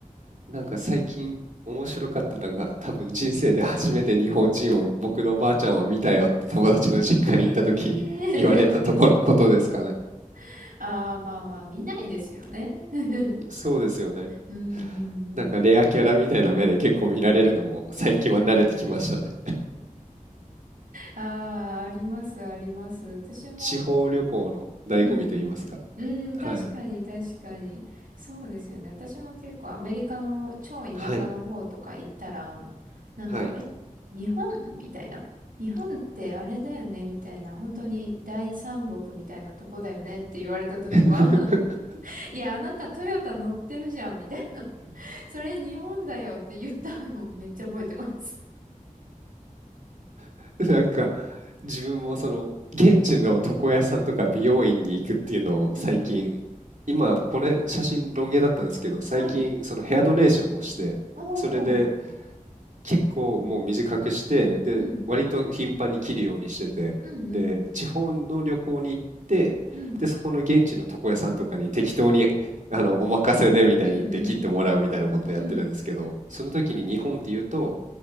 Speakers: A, on the right; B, on the right.
A: なんか最近面白かったのが、多分人生で初めて日本人を僕のおばあちゃんは見たよって友達の実家に行った時に言われたところ、
B: ええ
A: ことですかね。
B: <laughs> ああ、まあまあ、見ないですよね。<laughs> うん
A: そうですよね。
B: うんうん。
A: なんかレアキャラみたいな目で結構見られるのも最近は慣れてきましたね。
B: ああ、あります、あります。私も、
A: 地方旅行の醍醐味と言いますか。
B: うんうん。うん、
A: はい。
B: 確かに、確かに。そうですよね。私も結構アメリカの超田舎の方とか行ったら、
A: はい。
B: なんか、
A: はい。
B: え、日本みたいな。日本ってあれだよねみたいな。本当に大三国みたいなとこだよねって言われた時は
A: <laughs>
B: <laughs> いや、あなたトヨタ乗ってるじゃんみたいな。それ日本だよって言ったのをめっちゃ覚えてます。
A: <laughs> なんか、自分もその、現地の床屋さんとか美容院に行くっていうのを最近、
B: うん。
A: 今これ写真ロン毛だったんですけど、最近そのヘアドネーションをして、
B: はい。おー。
A: それで結構もう短くして、で、
B: うん。
A: 割と頻繁に切るようにしてて、
B: うんうん。
A: で、地方の旅行に行って、
B: うん。
A: で、そこの現地の床屋さんとかに適当に、あの、お任せでみたいに言って切ってもらうみたいなことをやってるんですけど、
B: うんうん。うん。
A: その時に日本って言うと、